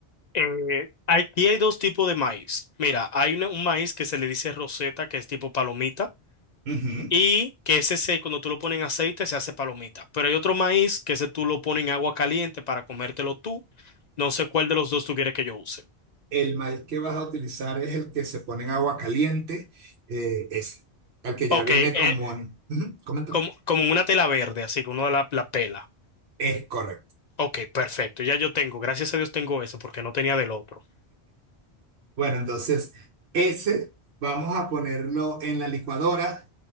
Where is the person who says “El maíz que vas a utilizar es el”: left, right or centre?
Right